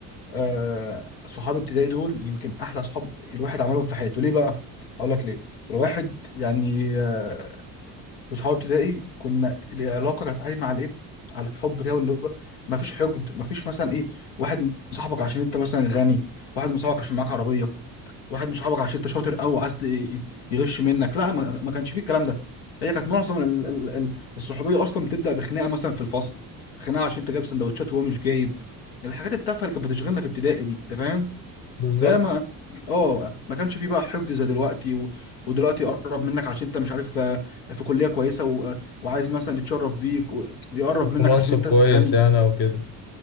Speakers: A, on the left; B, on the left.
A: آه صحاب ابتدائي دول يمكن احلى صحاب الواحد عملهم في حياته ليه بقى اقول لك ليه الواحد يعني آه في صحاب ابتدائي كنا العلاقه كانت قايمه على ايه على الحب كده واللي هو ما فيش حقد ما فيش مثلا ايه واحد مصاحبك عشان انت مثلا غني واحد مصاحبك عشان معاك عربيه واحد مش صاحبك عشان انت شاطر قوي عايز ت- يغش منك لا ما, ما كانش فيه الكلام ده هي كانت معظم ال- ال- ال- الصحوبيه اصلا بتبدا بخناقه مثلا في الفصل خناقه عشان انت جايب سندوتشات وهو مش جايب الحاجات التافهه اللي كانت بتشغلنا في ابتدائي دي انت فاهم
B: بالظبط
A: فما اه ما كانش فيه بقى حقد زي دلوقتي و... ودلوقتي يقرب منك عشان انت مش عارف آه، في كليه كويسه و... وعايز مثلا يتشرف بيك و- ويقرب
B: في
A: منك
B: منصب
A: عشان انت
B: كويس
A: غني
B: يعني او كده